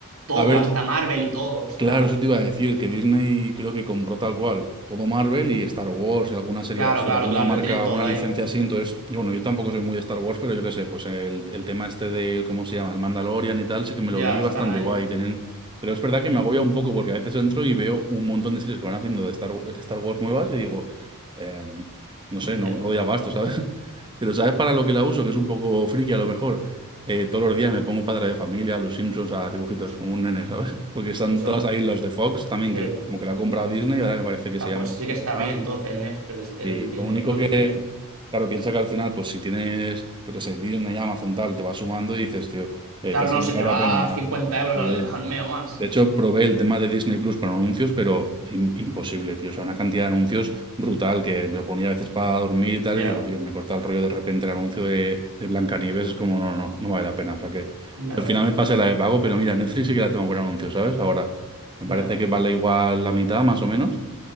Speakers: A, on the right; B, on the right.
A: todo,
B: A ver.
A: hasta Marvel y todo, o sea,
B: Claro, eso te iba a decir, que Disney creo que compró tal cual todo Marvel y Star Wars y alguna serie,
A: claro,
B: si
A: claro,
B: no, alguna
A: claro,
B: marca,
A: lo tienen
B: alguna
A: todo
B: licencia
A: ahí,
B: así, entonces, yo, bueno, yo tampoco soy muy de Star Wars, pero yo qué sé, pues el, el tema este del, ¿cómo se llama? El Mandalorian y tal, sí que me
A: ya
B: lo vi
A: están
B: bastante
A: ahí,
B: guay, tienen... Pero es verdad que me agobia un poco porque a veces entro y veo un montón de series que van haciendo de Star, Star Wars nuevas y digo, em, no
A: lo
B: sé,
A: interesa.
B: no, no doy abasto, ¿sabes? <laughs> Pero ¿sabes para lo que la uso? Que es un poco friki a lo mejor. Eh, todos los días me pongo Padre de Familia, a los Simpsons, a dibujitos,
A: Hostia,
B: como un nene, ¿sabes? <laughs> Porque están
A: es que son,
B: todas ahí los de Fox también,
A: sí,
B: que como que la ha comprado Disney y ahora me parece
A: está,
B: que se llama.
A: pues sí que está
B: Star.
A: bien entonces Netflix, el
B: Sí,
A: Disney
B: lo único
A: Plus,
B: que,
A: ¿eh?
B: claro, piensa que al final, pues si tienes, yo qué sé, Disney, Amazon, tal, te va sumando y dices, tío, eh,
A: Claro,
B: casi
A: no,
B: me
A: se
B: vale
A: te va
B: la pena.
A: cincuenta euros
B: eh,
A: al, al mes o más.
B: de hecho, probé el tema de Disney Plus con anuncios, pero im- imposible, tío. O sea, una cantidad de anuncios brutal que me lo ponía a veces para dormir y
A: Ya,
B: tal. Y digo, tío, me corta el rollo de repente el anuncio de, de Blancanieves. Es como, no, no, no vale la pena. O sea, que
A: ya,
B: al final
A: ya,
B: me pasé la de pago, pero mira, Netflix sí que la tengo con anuncios, ¿sabes? Ahora me
A: ya.
B: parece que vale igual la mitad, más o menos.